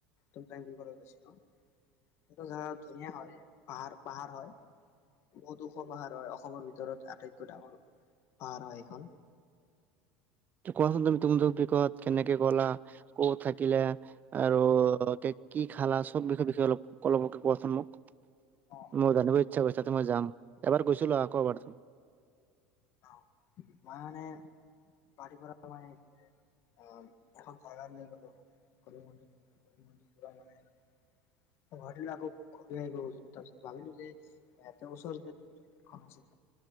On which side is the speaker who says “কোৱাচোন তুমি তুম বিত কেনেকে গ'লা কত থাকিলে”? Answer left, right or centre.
Right